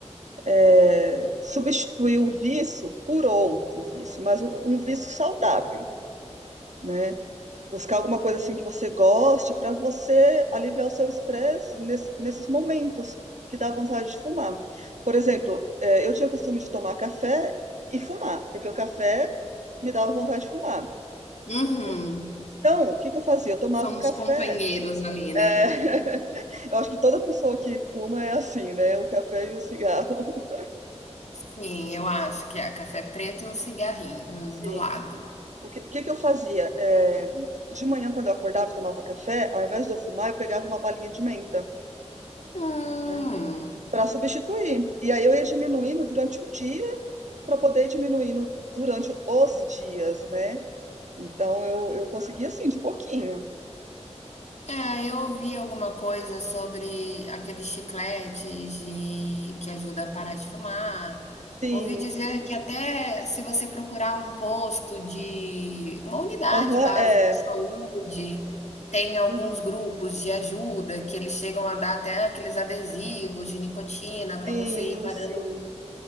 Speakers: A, on the right (about 80°); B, on the left (about 70°).
A: é, substituir o vício por outro vício, mas um um vício saudável. né? Buscar alguma coisa assim que você goste para você aliviar o seu estresse nes- nesses momentos que dá vontade de fumar. Por exemplo, eh, eu tinha o costume de tomar café e fumar, porque o café me dava vontade de fumar.
B: uhum.
A: né? Então, o que que eu fazia? Eu tomava
B: São
A: o café.
B: os companheiros ali, né.
A: eh, <laughs> Eu acho que toda pessoa que fuma é assim, né? O café e o cigarro. <laughs>
B: Sim, eu acho que é café preto e um cigarrinho
A: Sim.
B: do lado.
A: O que, que que eu fazia? Eh, de manhã, quando eu acordava e tomava café, ao invés de eu fumar, eu pegava uma balinha de menta.
B: Hum.
A: né? para substituir. E aí eu ia diminuindo durante o dia para poder ir diminuindo durante os dias, né? Então eu, eu consegui assim, de pouquinho.
B: É, eu ouvi alguma coisa sobre aqueles chicletes de- que ajuda a parar de fumar.
A: Sim,
B: Ouvi dizer que até se você procurar um posto de uma unidade
A: aham,
B: básica
A: é.
B: de saúde, tem alguns
A: Uhum.
B: grupos de ajuda que eles chegam a dar até aqueles adesivos de nicotina para
A: Sim,
B: você ir parando
A: sim.